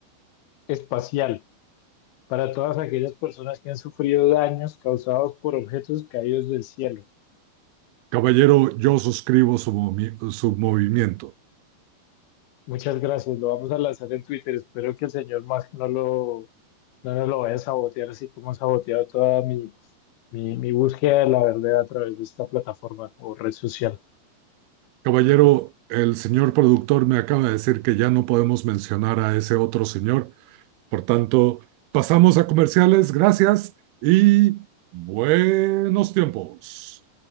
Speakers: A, on the left; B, on the right.
A: espacial. para todas aquellas personas que han sufrido daños causados por objetos caídos del cielo.
B: Caballero, yo suscribo su, movi- su movimiento.
A: Muchas gracias, lo vamos a lanzar en Twitter. Espero que el señor Musk no lo, no nos lo vaya a sabotear así como ha saboteado toda mi, mi, mi búsqueda de la verdad a través de esta plataforma o red social.
B: Caballero, el señor productor me acaba de decir que ya no podemos mencionar a ese otro señor. Por tanto, pasamos a comerciales. Gracias y buenos tiempos.